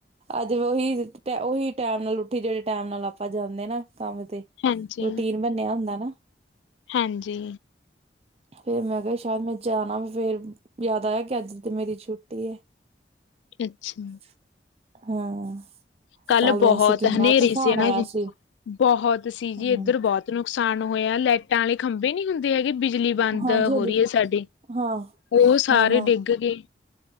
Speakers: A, on the right; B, on the left.
A: ਅੱਜ ਵੀ ਉਹੀ, ਉਹੀ ਟੈਮ ਨਾਲ ਉੱਠੀ ਜਿਹੜੇ ਟੈਮ ਨਾਲ ਆਪਾਂ ਜਾਂਦੇ ਨਾ ਕੰਮ ਤੇ।
B: ਹਾਂਜੀ
A: ਰੂਟੀਨ ਬਣਿਆ ਹੁੰਦਾ ਨਾ।
B: ਹਾਂਜੀ
A: ਫੇਰ ਮੈਂ ਕਿਹਾ ਸ਼ਾਇਦ ਮੈਂ ਜਾਣਾ ਵਾ ਫੇਰ ਯਾਦ ਆਇਆ ਕਿ ਅੱਜ ਤੇ ਮੇਰੀ ਛੁੱਟੀ ਐ। <inaudible>
B: ਅੱਛਾ।
A: ਹਾਂ।
B: ਕੱਲ ਬਹੁਤ
A: ਵੈਸੇ ਕਿੰਨਾ
B: ਹਨੇਰੀ
A: ਤੂਫਾਨ
B: ਸੀ ਹਨ
A: ਆਇਆ
B: ਜੀ
A: ਸੀ।
B: ਬਹੁਤ ਸੀ ਜੀ
A: ਹਾਂ,
B: ਇੱਧਰ ਬਹੁਤ। ਨੁਕਸਾਨ ਹੋਇਆ ਲਾਈਟਾਂ ਵਾਲੇ ਖੰਭੇ ਨੀ ਹੁੰਦੇ ਹੈਗੇ ਬਿਜਲੀ ਬੰਦ
A: ਹਾਂਜੀ ਹਾਂਜੀ
B: ਹੋ ਰਹੀ ਹੈ ਸਾਡੀ
A: ਹਾਂ
B: ਉਹ ਸਾਰੇ
A: ਹਾਂ ਹਾਂ
B: ਡਿੱਗ ਗਏ।